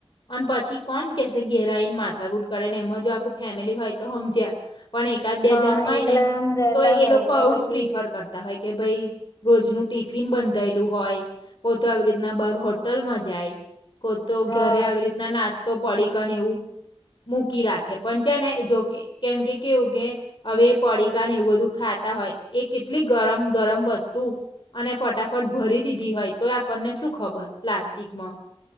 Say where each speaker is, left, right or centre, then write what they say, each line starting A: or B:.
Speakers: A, on the left; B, on the left.
A: અને પછી કોણ કેસે ઘેરાઈને માથા ગુટ કરે ને એમાં જો આખું ફેમિલી હોય તો સમમજ્યા પણ એકાદ બે
B: હા
A: જણ હોય
B: એકલા
A: નેમ
B: આમ રહેતા
A: તો એ
B: હોય
A: લોકો
B: તો
A: આવું
B: પછી
A: જ પ્રિફર કરતા હોય કે ભાઈ રોજનું ટિફિન બંધાયેલું હોય કો તો આવી રીતના બાર હોટલમાં જાય કો તો
B: હા
A: ઘરે આવી રીતના નાસ્તા તો પડીકને એવું મૂકી રાખે પણ છે ને જોકે કેમ કે કેવું કે હવે પડીિકાને એવું બધું ખા ખાતા હોય એ કેટલી ગરમ ગરમ વસ્તુ અને ફટાફટ ભરી દીધી હોય તો તને શું ખબર પ્લાસ્ટિકમાં